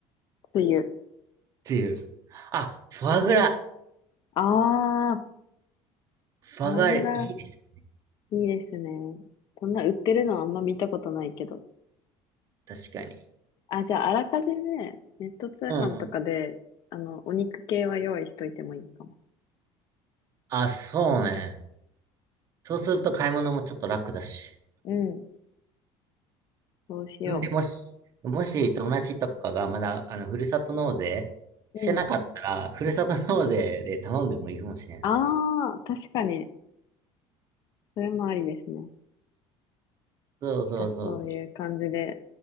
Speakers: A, on the left; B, on the right.
A: 冬。
B: 梅雨。あ、フォアグラ。
A: ああ、
B: フォアグラいいです。
A: フグラ、いいですね。そんな売ってるのはあんま見たことないけど。
B: 確かに。
A: あ、じゃあ、あらかじめ、ネット通販とかで、
B: うんうん。
A: あの、お肉系は用意しといてもいいかも。
B: あ、そうね。そうすると買い物もちょっと楽だし。
A: うん、そうしよ
B: んで、もし、もし友達とかがまだ、あの、ふるさと納税してなかったら、
A: う。うん。
B: ふるさと納税で頼んでもいいかもしれないね。
A: ああ、確かに、それもありですね。
B: そうそうそうそう。
A: じゃあ、そういう感じで、